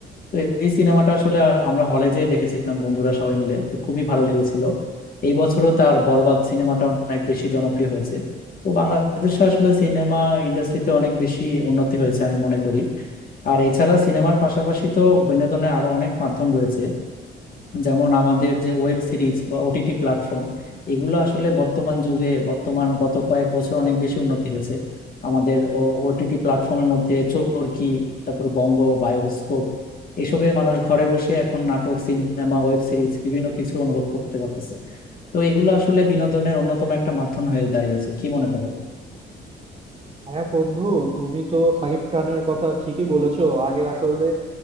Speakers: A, on the left; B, on the right.
A: তো এই সিনেমাটা আসলে আমরা হলে যেয়ে দেখেছিলাম বন্ধুরা সবাই মিলে তো খুবই ভালো লেগেছিল এই বছরও তার বরবাদ সিনেমাটা অনেক বেশি জনপ্রিয় হয়েছে তো বাংলাদেশে আসলে সিনেমা ইন্ডাস্ট্রিতে অনেক বেশি উন্নতি হয়েছে আমি মনে করি আর এছাড়া সিনেমার পাশাপাশি তো বিনোদনের আরো অনেক মাধ্যম রয়েছে যেমন আমাদের যে ওয়েব সিরিজ বা ওটিটি প্ল্যাটফর্ম এগুলো আসলে বর্তমান যুগে বর্তমান গত কয়েক বছর অনেক বেশি উন্নতি হয়েছে আমাদের ওটিটি প্ল্যাটফর্মের মধ্যে চরকি তারপর বঙ্গ বায়োস্কোপ এসবে মানুষ ঘরে বসে এখন নাটক সিনেমা ওয়েব সিরিজ বিভিন্ন কিছু অনুভব করতে পারতেছে তো এগুলো আসলে বিনোদনের অন্যতম একটা মাধ্যম হয়ে দাঁড়িয়েছে কি মনে করো
B: হ্যাঁ বন্ধু তুমি তো সাকিব খানের কথা ঠিকই বলেছো আগে আসলে